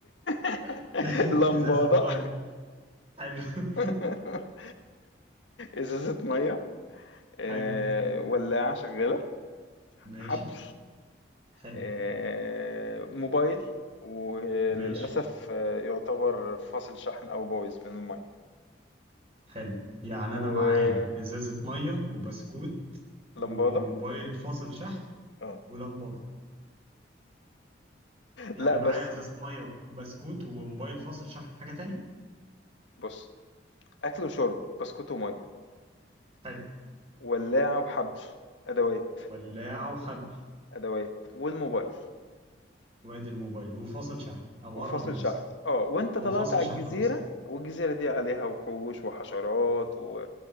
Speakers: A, on the left; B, on the right.
A: <laughs>
B: <laughs>
A: لمبادة
B: ازازة مية حلو <laughs>
A: <laughs> ازازة مية آه،
B: حلو
A: ولاعة شغالة
B: ماشي
A: حبل
B: حلو
A: آه، موبايل وللأسف
B: ماشي
A: آه، يعتبر فاصل شحن أو بايظ من المية
B: حلو يعني
A: و
B: انا معايا
A: آه،
B: ازازة مية وبسكوت
A: لمبادة
B: وموبايل فاصل شحن
A: اه
B: ولمبة يعني
A: لا
B: معايا
A: بس
B: ازازه ميه وبسكوت وموبايل فاصل شحن حاجه تاني
A: بص اكل وشرب بسكوت وميه
B: حلو
A: ولاعه وحبل ادوات
B: ولاعه وحبل
A: ادوات والموبايل
B: وادي الموبايل وفاصل شحن او
A: وفاصل
B: قرب يفصل
A: شحن اه وانت
B: هو
A: طلعت
B: فاصل
A: على
B: شحن
A: الجزيره
B: اصلا
A: والجزيره دي عليها وحوش وحشرات و...